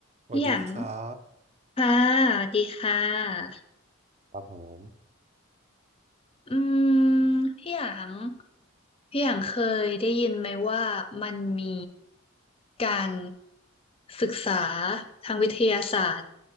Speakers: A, on the right; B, on the left.
A: สวัสดีครับ
B: พี่หยางค่ะดีค่ะ
A: ครับผม
B: อืมพี่หยางพี่หยางเคยได้ยินไหมว่ามันมีการศึกษาทางวิทยาศาสตร์